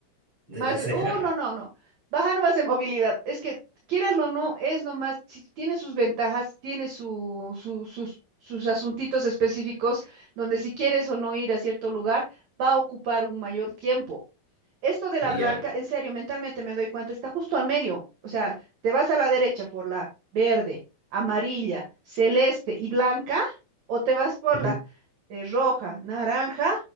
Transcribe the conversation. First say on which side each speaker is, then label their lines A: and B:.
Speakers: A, on the right (about 25°); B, on the right (about 55°).
A: de
B: Más
A: la
B: bien,
A: ceja.
B: uh, no, no, no. Baja nomás en movilidad. Es que, quieraslo o no, es nomás, si tiene sus ventajas, tiene su, su- sus, sus asuntitos específicos, donde si quieres o no ir a cierto lugar, va a ocupar un mayor tiempo esto de
A: Y
B: la blanca,
A: ya.
B: en serio, mentalmente me doy cuenta, está justo al medio. O sea, te vas a la derecha por la verde, amarilla, celeste y blanca, o te vas por
A: Ujú.
B: la eh, roja, naranja